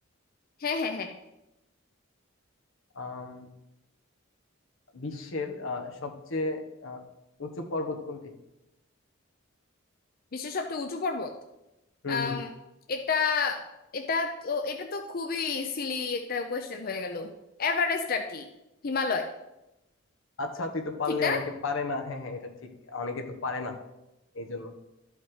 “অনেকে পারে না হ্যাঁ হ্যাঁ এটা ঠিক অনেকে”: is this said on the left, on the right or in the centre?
Left